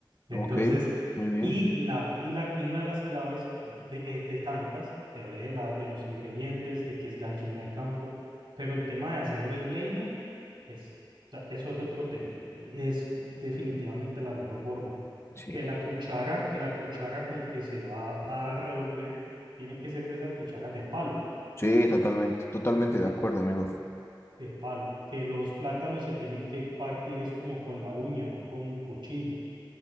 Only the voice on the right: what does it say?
Entonces,
y, la, y, la, y una de las claves de, eh, de tantas, te hablé de, la, de los ingredientes, de que es gallina de campo, pero el tema de hacerlo en leña es, o sea, eso es otro tema. eh, Es definitivamente la mejor forma.
Que la cuchara, que la cuchara con que se va a revolver tiene que ser de esas cucharas de palo,
de,
de palo. Que los plátanos se tienen que partir es como con la uña, no con un cuchillo.